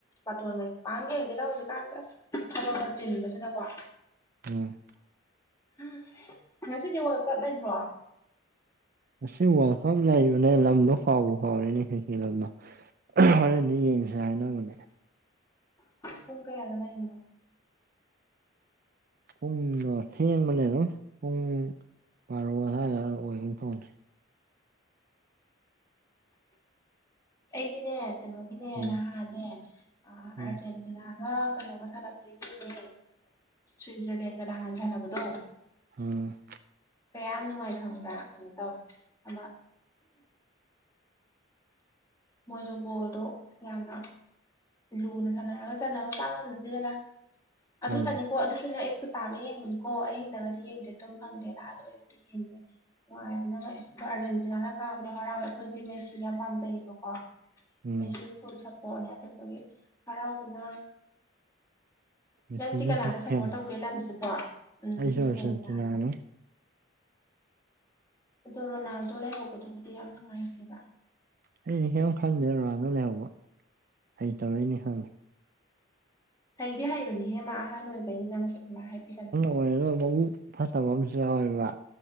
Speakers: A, on the left; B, on the right.
A: ꯕꯥꯇꯣꯟꯉꯩ ꯄꯥꯡ ꯌꯦꯡꯗꯦꯗ ꯍꯧꯖꯤꯛꯀꯥꯟꯗ ꯊꯕꯛꯇ ꯆꯤꯟꯕꯁꯤꯗꯀꯣ
B: ꯎꯝ
A: ꯎꯝ ꯉꯁꯤꯗꯤ ꯋꯥꯔꯜ ꯀꯞ ꯂꯩꯕ꯭ꯔꯣ
B: ꯑꯁꯤ ꯋꯥꯡꯈꯐꯝ ꯂꯩꯕꯅꯦ ꯂꯝꯗꯣ ꯐꯥꯎꯕ ꯐꯥꯎꯔꯦꯅꯦ ꯈꯩꯁꯦꯜ ꯂꯝꯅ ꯍꯣꯔꯦꯟꯗꯤ ꯌꯦꯡꯁꯦ ꯍꯥꯏꯅꯕꯅꯦ
A: ꯄꯨꯡ ꯀꯥꯏꯒ ꯂꯩꯉꯣ
B: ꯄꯨꯡꯗꯣ ꯊꯦꯡꯕꯅꯦ ꯑꯗꯨꯝ ꯄꯨꯡ ꯥꯔꯣ ꯑꯗꯨ ꯁꯋꯥꯏꯔ ꯑꯣꯏꯕ ꯇꯧꯁꯦ
A: ꯑꯩꯒꯤꯅꯦ ꯀꯩꯅꯣꯒꯤꯅꯦ
B: ꯎꯝ
A: ꯅꯍꯥꯅꯦ ꯑꯔ
B: ꯎꯝ
A: ꯑꯗꯨꯅꯒ ꯀꯩꯅꯣꯒ ꯁꯥꯟꯅꯕꯗꯣ ꯌꯦꯡꯉꯦ ꯁ꯭ꯋꯤꯖꯔꯂꯦꯟꯒ ꯅꯍꯥꯟ ꯁꯅꯕꯗꯣ
B: ꯎꯝ
A: ꯀꯌꯥꯝ ꯅꯨꯡꯉꯥꯏ ꯈꯪꯕ꯭ꯔꯥ ꯀꯩꯅꯣ ꯇꯧꯋ ꯑꯃ ꯃꯣꯏꯗ ꯕꯣꯜꯗꯣ ꯌꯥꯝꯅ ꯂꯨꯅ ꯁꯥꯟꯅꯔꯒ ꯆꯥꯟꯅꯕ ꯄꯥ ꯉꯝꯅꯗꯦꯗꯅ ꯑꯗꯨꯇꯅꯤꯀꯣ
B: ꯎꯝ
A: ꯑꯗꯨꯁꯨꯅꯦ ꯇꯥꯕ ꯌꯦꯡꯕꯅꯤꯀꯣ ꯑꯍꯤꯡꯗꯒꯗꯤ ꯌꯦꯡꯗꯦ ꯑꯗꯨꯝ ꯐꯪꯗꯦꯅ ꯑꯥ ꯂꯣꯏꯝꯛꯇ ꯌꯦꯡꯉꯦ ꯅꯨꯡꯉꯥꯏꯗꯅꯪ ꯉꯛꯑ ꯑꯗꯣ ꯑꯥꯔꯖꯦꯟꯇꯤꯅꯥꯅ ꯀꯥꯕꯗꯣ ꯍꯔꯥꯎꯋꯦ ꯑꯩꯈꯣꯏꯗꯤ ꯃꯦꯁꯤ ꯌꯥꯝ ꯄꯥꯝꯖꯩꯌꯦꯕꯣ ꯀ
B: ꯎꯝ
A: ꯑꯩꯁꯦ ꯐꯨꯜ ꯁꯄꯣꯔꯠꯅꯦ ꯑꯗꯨꯒ ꯑꯩꯈꯣꯏꯒꯤ ꯍꯔꯥꯎꯕꯅ
B: ꯃꯦꯁꯤꯒꯤ
A: ꯅꯪꯗꯤ ꯀꯅꯥꯗ
B: ꯕꯤꯛ
A: ꯁꯞꯄꯣꯔꯠ
B: ꯐꯦꯟ
A: ꯇꯧꯒꯦ ꯂꯝꯁꯤꯕꯣ ꯎꯝ
B: ꯑꯩꯁꯨ
A: ꯗꯤꯐꯦꯟ
B: ꯑꯥꯔꯖꯦꯟꯇꯤꯅꯥꯅꯤ
A: ꯇꯥꯔꯦ ꯑꯗꯣ ꯔꯣꯅꯥꯜꯗꯣ ꯂꯩꯍꯧꯕꯗꯨꯕꯨꯗꯤ ꯌꯥꯝ ꯅꯨꯡꯉꯥꯏꯇꯦꯕ
B: ꯑꯩꯗꯤ ꯍꯦ ꯈꯟꯗꯦ ꯂꯥꯟꯅ ꯂꯩꯍꯧꯕ ꯑꯩ ꯇꯧꯔꯛꯏꯅꯦ ꯈꯜꯂꯦ
A: ꯍꯩꯗꯤ ꯍꯩꯕꯅꯤꯍꯦ ꯃꯥ ꯑꯍꯥꯟ ꯑꯣꯏꯕꯩꯅꯤ ꯅꯪꯁꯨ ꯑꯗꯨ ꯃꯥ ꯍꯥꯏꯕꯤꯔꯅꯤ
B: ꯀ ꯃꯕꯨ ꯐꯠꯇꯕ ꯑꯃꯁꯨ ꯌꯥꯎꯋꯦꯕ